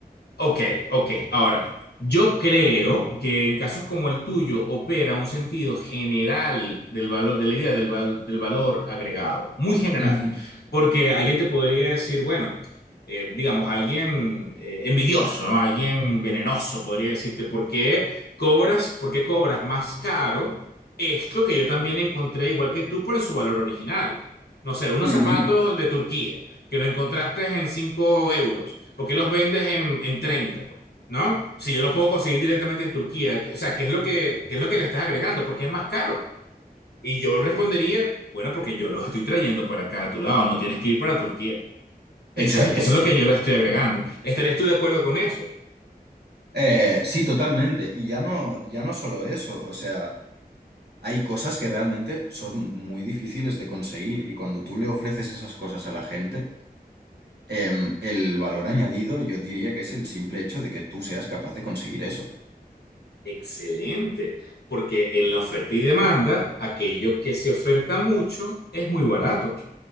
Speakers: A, on the left; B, on the right.
A: Ok, ok. Ahora, yo creo que en casos como el tuyo opera un sentido general del valor, de la idea del, val- del valor agregado, muy general,
B: Ujú.
A: porque alguien te podría decir, bueno, eh, digamos, alguien eh, envidioso, ¿no? Alguien venenoso podría decirte, ¿por qué cobras, por qué cobras más caro esto que yo también encontré igual que tú por su valor original? No sé, unos
B: Ujú,
A: zapatos de Turquía que los encontraste en 5 euros, ¿por qué los vendes en, en treinta ¿No? Si yo los puedo conseguir directamente en Turquía, que- o sea, ¿qué es lo que, qué es lo que le estás agregando? Porque es más caro. Y yo respondería, bueno, porque yo los estoy trayendo para acá a tu lado, no tienes que ir para Turquía.
B: Exacto.
A: Ese es el- eso es lo que yo les estoy agregando. ¿Estarías tú de acuerdo con eso?
B: Eh, sí, totalmente. Y ya no, ya no solo eso, o sea, hay cosas que realmente son muy difíciles de conseguir y cuando tú le ofreces esas cosas a la gente, em, el valor añadido yo diría que es el simple hecho de que tú seas capaz de conseguir eso.
A: Excelente, porque en la oferta y demanda, aquello que se oferta mucho es muy barato.